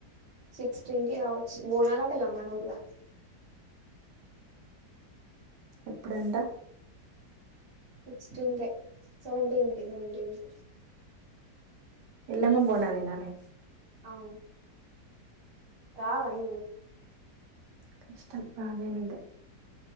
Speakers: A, on the right; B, on the right.
A: సిక్స్టెన్ కే కావచ్చు బోనాలట గా మన ఊర్లా
B: ఎప్పుడంట
A: సిక్స్టెన్ కే సెవెన్ టిన్ కి సెవెన్ టిన్ కి
B: ఎల్లమ్మ బోనాలే నానే
A: అవు రావా నవు
B: కష్టం రాలేను ఇగ